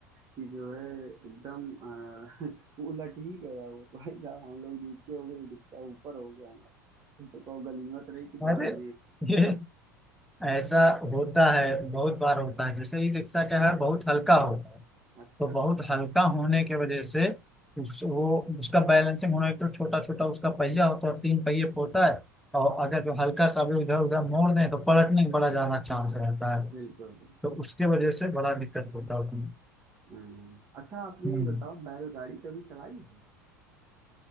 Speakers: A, on the right (about 35°); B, in the centre.
A: कि जो है एकदम अ, <laughs> वो उलट ही गया वो भाई साहब हम लोग नीचे हो गए ई रिक्शा ऊपर हो गया हमारा ये तो कहो गनीमत रही कि
B: अरे
A: बगल में एक
B: ये ऐसा होता है बहुत बार होता है जैसे ई रिक्शा क्या है बहुत हल्का होता है
A: अच्छा
B: तो
A: अच्छा
B: बहुत हल्का होने के वजह से उस वो उसका बैलेंसिंग होने तो छोटा छोटा उसका पहिया होता है और तीन पहिए पे होता है और अगर जो हल्का सा भी इधर उधर मोड़ दें तो पलटने का बड़ा ज्यादा चांस रहता है
A: बिल्कुल बिल्कुल
B: तो उसके वजह से बड़ा दिक्कत होता है उसमें
A: हाँ। हाँ। अच्छा आपने
B: हम्म
A: ये बताओ बैलगाड़ी कभी चलाई है